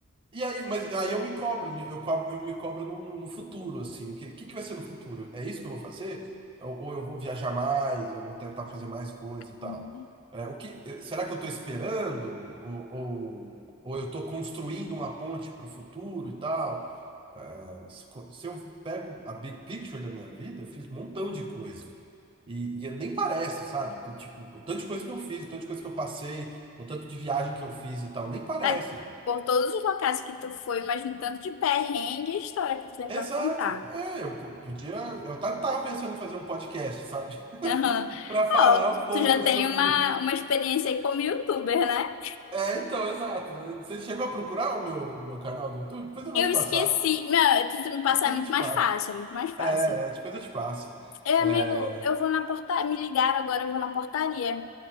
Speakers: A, on the right (about 25°); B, on the left (about 65°).
A: E aí, mas aí eu me cobro, né? eu cobro, eu me cobro no, no, no futuro, assim, o que, que, que vai ser no futuro? É isso que eu vou fazer? Ou, ou eu vou viajar mais, eu vou tentar fazer mais coisas e tal?
B: Uhum.
A: É, o que, eh, será que eu estou esperando? Ou, ou, ou eu estou construindo uma ponte para o futuro e tal? É, se, co- se eu pego a big picture da minha vida, eu fiz um montão de coisa. E, e nem parece, sabe? Do tipo, o tanto de coisa que eu fiz, o tanto de coisa que eu passei, o tanto de viagem que eu fiz e tal, nem parece.
B: É, por todos os locais que tu foi, mas um tanto de perrengue e história que tu tem
A: Exato.
B: pra contar.
A: É, eu po- podia. Eu tá- tava pensando em fazer um podcast, sabe? <laughs>
B: né? Aham.
A: Pra falar
B: Ó,
A: um pouco
B: tu já tem
A: sobre.
B: uma, uma experiência aí como youtuber, né?
A: É, então, exato. Você chegou a procurar o meu, meu canal do YouTube? Depois eu
B: Eu
A: vou te
B: esqueci.
A: passar.
B: Não, tu, tu me passar
A: Depois
B: é muito
A: eu te
B: mais
A: passo.
B: fácil, é muito mais fácil.
A: É, é, depois eu te passo.
B: É
A: É...
B: amigo, eu vou na portaria. Me ligaram agora, eu vou na portaria.